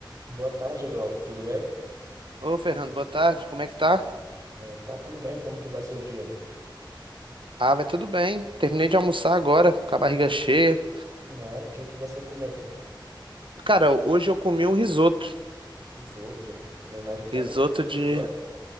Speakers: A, on the right; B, on the right.
A: Boa tarde, Glauco. Tudo bem?
B: Ô, Fernando, boa tarde. Como é que tá?
A: É, tá tudo bem? Como que vai ser o dia?
B: Ah, vai tudo bem. Terminei de almoçar agora, com a barriga cheia.
A: Né? O que que você comeu?
B: Cara, hoje eu comi um risoto.
A: Risoto, culinária italiana.
B: Risoto de.
A: Você Gosta?